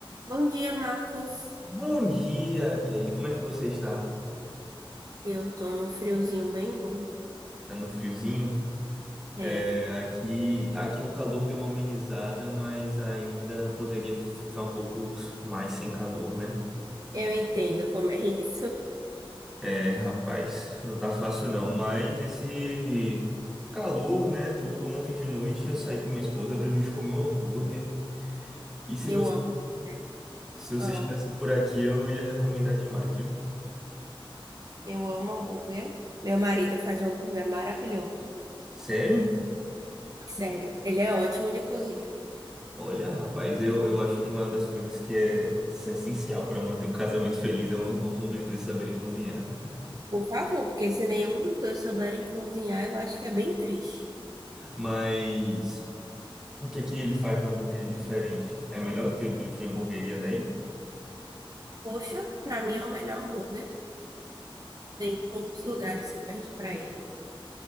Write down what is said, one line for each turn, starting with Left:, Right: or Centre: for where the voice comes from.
Right: Bom dia, Marcos.
Centre: Bom dia, Kelly. Como é que você está?
Right: Eu tô num friozinho bem bom.
Centre: Você tá no friozinho?
Right: É,
Centre: É, aqui, aqui o calor deu uma amenizada, mas ainda poderia ficar um pouco mais sem calor, né?
Right: eu entendo como é isso.
Centre: É, rapaz, não tá fácil não, mas esse calor, né, tudo, ontem de noite eu saí com minha esposa pra gente comer um hambúrguer. E se
Right: Eu
Centre: você,
Right: amo, né?
Centre: se você
Right: Amo.
Centre: estivesse por aqui, eu ia recomendar demais, viu?
Right: Eu amo hambúrguer. Meu marido faz um hambúrguer maravilhoso.
Centre: Sério?
Right: Sério, ele é ótimo de cozinha.
Centre: Olha, rapaz, eu, eu acho que uma das coisas que é essencial para manter um casamento feliz é um- algum dos dois saberem cozinhar.
Right: Por favor, porque se nenhum dos dois souberem cozinhar, eu acho que é bem triste.
Centre: Mas o que é que ele faz no hambúrguer de diferente? É melhor do que os de hamburgueria daí?
Right: Poxa, pra mim é o melhor hambúrguer. Tem poucos lugares que perde pra ele.